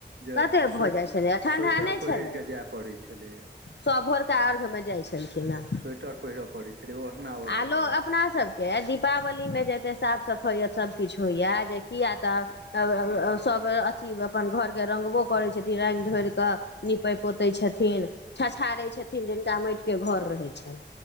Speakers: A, on the right; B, on the left.
A: जे
B: कते
A: स्वे
B: भऽ जाइ छलैए ठण्ढा
A: स्वेटर
B: नहि
A: पहिर
B: छलै
A: कऽ जाय पड़ै छलैए
B: सभ भोरका अर्घ मे जाइ छलखिन हे
A: स्वेटर पहिरय पड़ै छलै ओढ़ना ओढ़य
B: आ लोक
A: पड़ै छलै
B: अपनासभके दीपावलीमे जेतै साफ सफैअत सब किछु होइया जे किया तऽ अब अब सब अथी अपन घर के रंगबो करै छथिन रा्ग ढरिकऽ नीपे पोते छथिन छछाड़े छथिन जिनका माटिक के घर रहे छैन